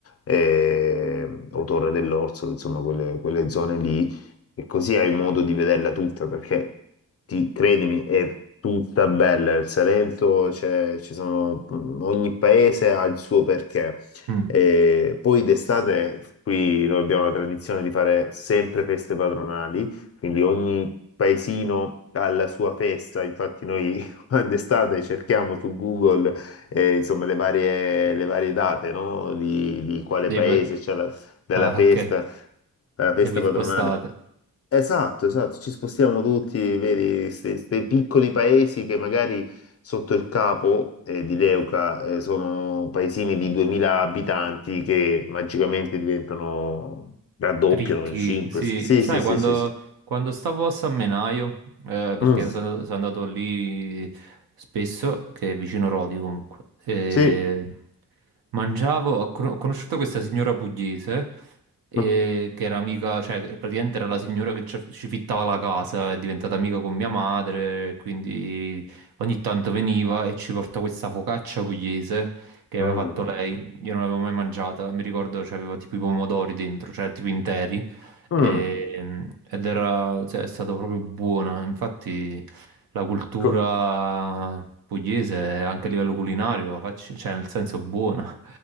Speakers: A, on the left; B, on the right.
A: eh, o Torre dell'Orso, insomma, quelle, quelle zone lì, e così hai modo di vederla tutta perché ti- credimi, è tutta bella. Il Salento, c'è- ci sono, ogni paese ha il suo perché.
B: Mm.
A: E poi d'estate qui noi abbiamo la tradizione di fare sempre feste patronali, quindi ogni paesino alla sua festa. Infatti noi <laughs> d'estate cerchiamo su Google eh, insomma, le varie, le varie date, no? Di, di quale
B: Dei
A: paese
B: pe-
A: c'è la, della
B: Ah,
A: festa,
B: ok.
A: la festa
B: E vi spostate.
A: patronale. Esatto, esatto, ci spostiamo tutti, vedi, questi piccoli paesi che magari sotto il capo eh, di Leuca eh, sono paesini di 2000 abitanti che magicamente diventano, raddoppiano
B: Ricchi,
A: in 5.
B: sì,
A: Sì,
B: sai
A: sì, sì,
B: quando,
A: sì, sì.
B: quando stavo a San Menaio, eh, perché
A: Mm.
B: sono, sono andato lì spesso, che è vicino Rodi comunque, e
A: Sì.
B: mangiavo, ho con- ho conosciuto questa signora pugliese, eh,
A: Mm.
B: che era amica, cioè che praticamente era la signora che ci ci fittava la casa, è diventata amica con mia madre, quindi ogni tanto veniva e ci portava questa focaccia pugliese che aveva
A: Mm.
B: fatto lei. Io non l'avevo mai mangiata, mi ricordo c'aveva tipo i pomodori dentro, cioè tipo interi,
A: Mm.
B: e- ed era, cioè, è stata proprio buona. Infatti la cultura
A: Co-
B: pugliese, anche a livello culinario, facci- cioè nel senso buona.